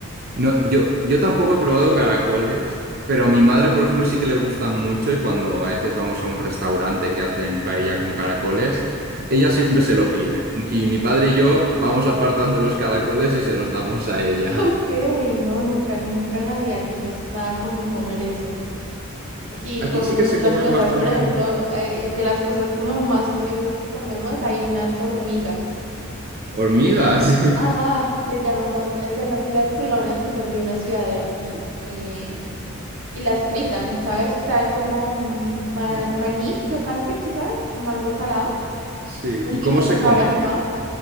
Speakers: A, on the right; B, on the right.
A: No, yo, yo tampoco he probado caracoles, pero
B: <laughs>
A: a mi madre,
B: Mm,
A: por ejemplo, sí que le gustan mucho y cuando a veces vamos a un restaurante que hacen paella con caracoles, ella siempre se lo
B: pero-
A: pide. Y mi padre y yo vamos apartando los caracoles y se los damos a ella.
B: Ok, no, nunca, nunca en la vida. Aquí no es nada común comer eso. Aquí
A: Aquí
B: comemos
A: sí que
B: otras
A: se comen
B: cosas.
A: bastante
B: Por ejemplo, eh, de las cosas como más curiosas que comemos, hay unas hormigas.
A: hormigas. <laughs>
B: Ajá, le llamamos, eh, son hormigas culonas y son de una ciudad de aquí eh, y, las fritan, ¿sabes? Sabe como un ma-
A: Ah,
B: maní crocante quizás, como algo salado,
A: Sí.
B: un poquito
A: ¿Y cómo se
B: con
A: comen?
B: sabor a quemado.